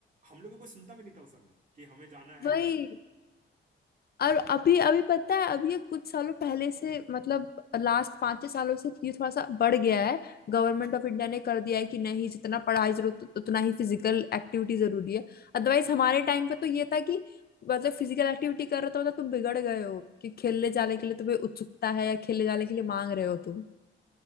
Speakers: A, on the right (about 40°); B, on the left (about 50°).
A: हम लोग को कोई सुनता भी नहीं था उस समय कि हमें जाना है
B: वही और अभी अभी पता है अभी ये कुछ सालों पहले से मतलब लास्ट पाँच छह सालों से ये थोड़ा सा बढ़ गया है गवर्नमेंट ऑफ इंडिया ने कर दिया है कि नहीं जितना पढ़ाई जरूरत उतना ही फिजिकल एक्टिविटी जरूरी है अदरवाइज हमारे टाइम पे तो ये था कि मतलब फिजिकल एक्टिविटी कर रहे हो तो मतलब तुम बिगड़ गए हो कि खेलने जाने के लिए तुम्हें उत्सुकता है या खेलने जाने के लिए मांग रहे हो तुम